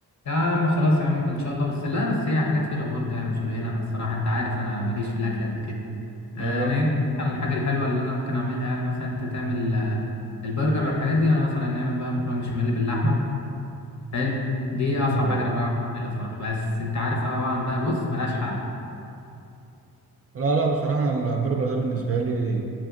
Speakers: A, on the left; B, on the right.
A: يا عم خلاص يا عم إن شاء الله بس لا بس هي حاجات حلوة برضه يعني مش قليلة أنا الصراحة أنت عارف أنا ماليش في الأكل قد كده آه،
B: لا
A: انا يمكن مثلا الحاجه الحلوه اللي انا ممكن اعملها يعني مثلا انت تعمل آه، البرجر والحاجات دي وانا مثلا نعمل بقى مكرونه بشاميل باللحمه حلو دي اصعب
B: لا
A: حاجه انا بعرف اعملها صراحه بس انت عارف طبعا بقى بص ملهاش حل
B: لا لا، بصراحه أنا البرجر ده بالنسبه لي